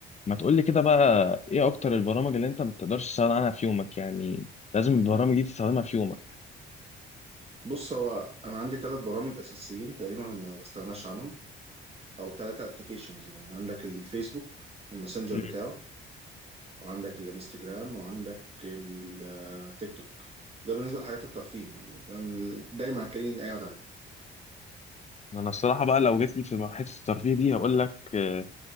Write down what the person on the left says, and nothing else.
ما تقولي كده بقى ايه اكتر البرامج اللي انت ما بتقدرش تستغنى عنها في يومك يعني لازم البرامج دي تستخدمها في يومك
مم.
ما انا الصراحه بقى لو جيت لي في حته الترفيه دي هقول لك آه،